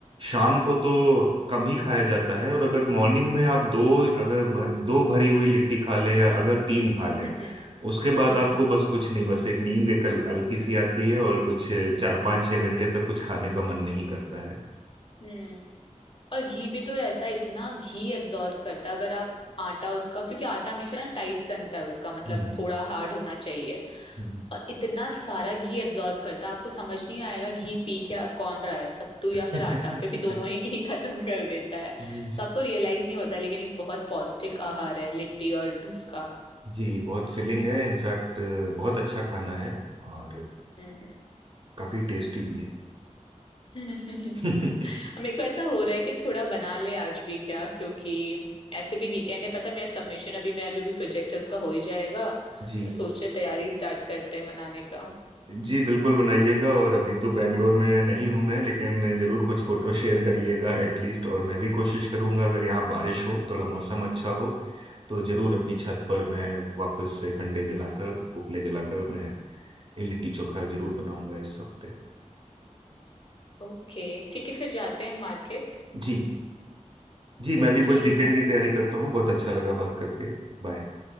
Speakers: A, on the right; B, on the left.
A: शाम को तो कम ही खाया जाता है और अगर मॉर्निंग में आप दो अगर भर, दो भरी हुई लिट्टी खा लें या अगर तीन खा लें
B: हम्म हम्म
A: उसके बाद
B: हम्म
A: आपको
B: हम्म
A: बस कुछ नहीं बस एक नींद एक हल- हल्की सी आती है और कुछ चार पाँच छह घंटे तक कुछ खाने का मन नहीं करता है
B: हम्म। और घी भी तो रहता है इतना घी एब्जॉर्ब करता है अगर आप आटा उसका क्योंकि आटा हमेशा ना टाइट सनता है उसका मतलब
A: हम्म
B: थोड़ा हार्ड होना चाहिए
A: हम्म।
B: और इतना सारा घी एब्जॉर्ब करता है आपको समझ नहीं आएगा घी पी क्या कौन रहा है सत्तू या
A: <laughs>
B: फिर आटा क्योंकि दोनों ही घी <laughs> खत्म कर देता है
A: जी
B: तो आपको रियलाइज नहीं होता लेकिन एक बहुत पौष्टिक आहार है लिट्टी और उसका
A: जी बहुत फिलिंग है इनफैक्ट बहुत अच्छा खाना है और
B: हम्म हम्म
A: काफी टेस्टी भी है
B: <laughs> मेरे
A: <laughs>
B: को ऐसा हो रहा है कि थोड़ा बना ले आज भी क्या क्योंकि ऐसे भी वीकेंड है पता है मेरा सबमिशन अभी मेरा जो भी प्रोजेक्ट है उसका हो ही जाएगा
A: जी
B: तो सोच रहे तैयारी स्टार्ट करते हैं मनाने का
A: जी बिल्कुल बनाइएगा और अभी तो बैंगलोर में नहीं हूं मैं लेकिन जरूर कुछ फोटो
B: <laughs>
A: शेयर करिएगा एटलीस्ट और मैं भी कोशिश करूंगा अगर यहाँ बारिश हो थोड़ा मौसम अच्छा हो तो जरूर अपनी छत पर मैं वापस से कंडे जलाकर उपले जलाकर मैं लिट्टी चोखा जरूर बनाऊंगा इस हफ्ते
B: ओके ठीक है फिर जाते हैं market
A: जी जी मैं
B: Okay
A: भी कुछ वीकेंड
B: Bye
A: की तैयारी करता हूँ बहुत अच्छा लगा बात करके बाय